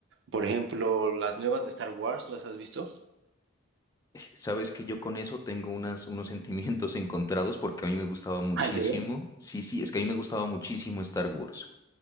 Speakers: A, on the right; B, on the left.
A: Por ejemplo, las nuevas de Star Wars, ¿las has visto?
B: <laughs> Sabes que yo con eso tengo unas, unos sentimientos <laughs> encontrados porque a mí me gustaba muchísimo.
A: Ah, ¿en serio?
B: Sí, sí, es que a mí me gustaba muchísimo Star Wars.